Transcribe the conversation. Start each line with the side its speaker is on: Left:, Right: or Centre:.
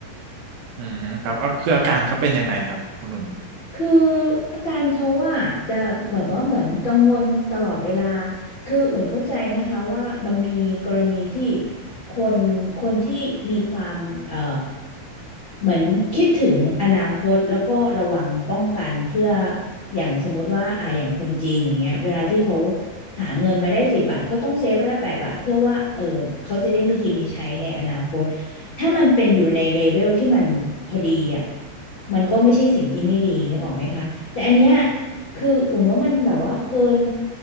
Right: อืมครับเอาคืออาการเขาเป็นยังไงครับคุณนุ่น
Left: คืออาการเขาว่าจะแบบว่าเหมือนกังวลตลอดเวลา คืออุ่นเข้าใจนะคะว่ามันมีกรณีที่คนคนที่มีความเอ่อ เหมือนคิดถึงอนาคตแล้วก็ระวังป้องกันเพื่ออย่างสมมุติว่าอ่าอย่างคนจีนอย่างเงี้ยเวลาที่เขาหาเงินมาได้สิบบาทเขาต้องเซฟไว้ละแปดบาทเพื่อว่าเออเขาจะได้มีกินมีใช้ในอนาคตถ้ามันเป็นอยู่ในเลเวลที่มันพอดีอ่ะมันก็ไม่ใช่สิ่งที่ไม่ดีนึกออกไหมคะแต่อันเนี้ยคืออุ่นว่ามันแบบว่าเกิน